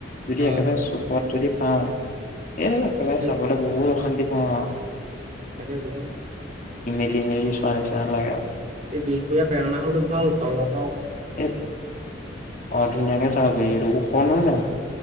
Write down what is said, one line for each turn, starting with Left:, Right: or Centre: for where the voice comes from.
Left: যদি
Right: হয়
Left: একেবাৰে চুকত যদি অঁ এই এফালে
Right: সেই
Left: চাবলৈ বহুত অশান্তি অ
Right: তাকে বহুতো অশান্তি লাগে
Left: ডিঙি মেলি চোৱা নিচিনা লাগে আ
Right: এই বিহপুৰীয়া প্ৰেৰণা হল তো ভাল তলত
Left: এই অ ধুনীয়া কে চাব পাৰিবি সেইটো কন নহয়জানো